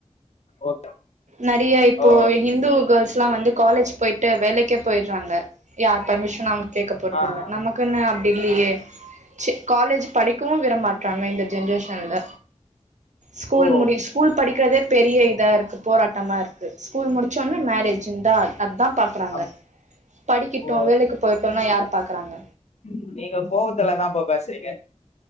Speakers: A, on the left; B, on the right.
A: ஓகே
B: நறையா இப்போ
A: ஓ
B: ஹிந்து கோள்ஸ் எல்லா வந்து காலேஜ் போயிட்டு வேலைக்கே போயிறாங்க யார் பர்மிசனு அவுங்க கேக்க போறது
A: ஆ
B: இல்ல
A: ஆ
B: நம்மக் நமக்குன்னு அப்டி இல்லியே ச்சு காலேஜ்ஜு படிக்கவு விடமாற்றாங்க இந்த ஜென்ரேஷன்ல ஸ்கூல்
A: ஓ
B: முடி ஸ்கூல் படிக்கிறதே பெரிய இதா இருக்கு போராட்டமா இருக்கு ஸ்கூல் முடுச்ச ஒன்னே மெரேஜ்ஜுன் அதாம் பாக் க்கறாங்க
A: அப்
B: படிக்கிட்டு
A: ஓ
B: வேலைக்கு போயிர்டுன்லா யார் பாக்குறாங்க
A: ம் நீங்க கோவத்துலதா அப்போ பேசுறீங்க